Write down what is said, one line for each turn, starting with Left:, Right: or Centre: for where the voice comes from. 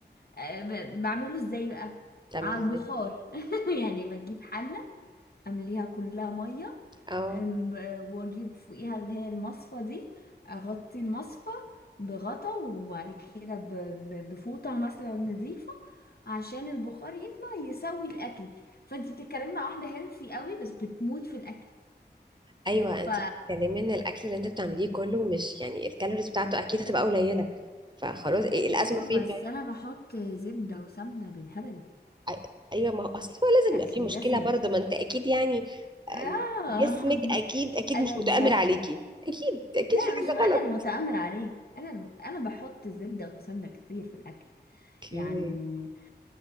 Left: آه، ب- بعمله ازاي بقى
Right: بتعملي
Left: على
Right: ازاي
Left: البخار <laughs> يعني بجيب حلة امليها كلها مية
Right: اه
Left: الم- واجيب فوقيها اللي هي المصفى دي اغطي المصفى بغطا وبعد كده ب- ب- بفوطة مثلا نظيفة عشان البخار يطلع يسوي الاكل فانت بتتكلمي مع واحدة هيلثي قوي بس بتموت في الاكل
Right: ايوه انت
Left: ف
Right: بتتكلمي ان الاكل اللي انت بتعمليه كله مش يعني الكالوريز بتاعته اكيد هتبقى قليله فخلاص إيه الازمه
Left: اه
Right: فين
Left: بس
Right: طيب
Left: انا بحط زبدة وسمنة بالهبل
Right: أي- ايوه ما هو اصل هو لازم
Left: اكلي
Right: يبقى في مشكله
Left: دسم
Right: برضه ما انت اكيد يعني
Left: آه
Right: أم، جسمك اكيد
Left: <laughs>
Right: اكيد
Left: انا
Right: مش متآمر
Left: بح
Right: عليكي اكيد اكيد
Left: لا
Right: في حاجه
Left: مش انا
Right: غلط
Left: المتآمر عليه انا الم... انا بحط زبدة وسمنة كتير في الاكل
Right: اوكي
Left: يعني